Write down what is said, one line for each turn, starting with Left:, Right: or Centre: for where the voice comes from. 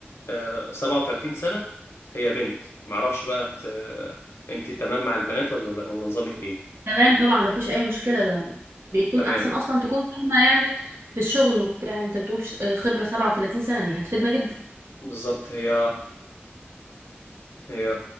Left: آه، 37 سنه هي بنت معرفش بقى ت- آه، انت تمام مع البنات ولا لا ولا نظامك ايه
Right: تمام طبعا ما فيش اي مشكلة ده بيكون
Left: تمام
Right: احسن اصلا تكون فاهمة يعني في الشغل وبتاع انت بتقول ش- آه، خبرة 37 سنة دي هتفيدنا جدا
Left: بالظبط هي هي